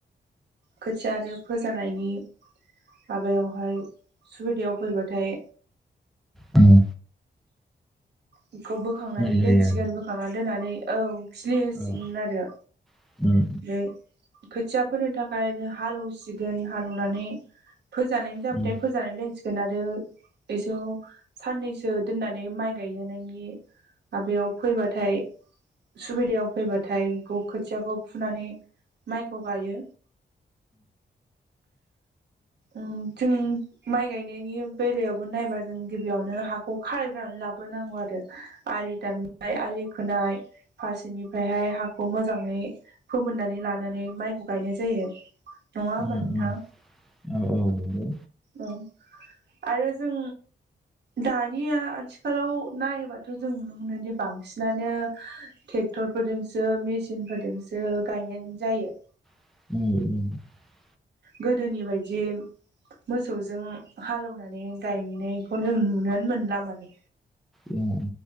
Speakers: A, on the right; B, in the centre.
A: खोथियादो फोजानायनि माबायावहाय सुबिदायाव फैबाथाय
B: उम।
A: बेखौ बोखांनानै
B: होनाय
A: दोनसिगोन
B: जायो
A: बोखांनानै दोननानै औ फ्लिहोसिगोन
B: आरो
A: आरो।
B: औ उम
A: हे खोथिया फोनो थाखाय हालेवसिगोन हालेवनानै फो जानाय जाबायथाय
B: उम
A: फोजानानै सिगोन आरो एस साननैसो दोननानै माइ गायनानायनि माबयाव फैबाथाय सुबिदायाव फैबाथाय ग खोथियाखौ फुनानै माइखौ गायो उम जों माइ गायनायनि बेलायावबो नायबा जों गिबियावनो हाखौ खारायग्रोनानै लाग्रोनांगौ आरो आलि दाननाय आलि खोनाय फारसेनिफ्रायहाय हाखौ मोजाङै फोमोननानै लानानै माइखौ गायनाय जायो। नङा होमबा
B: उम
A: नोंथां
B: उम औ औ नंगौ।
A: औ आरो जों दानिया आथिखालाव नायोबाथ' जों नुनो मोनोदि बांसिनानो थे क्टर फोरजोंसो मेसिन फोरजोंसो गायनाय जायो।
B: उम
A: गोदोनि बायदि मोसौजों हालेवनानै गायनायखौ जों नुनोनो मोनला माने
B: उम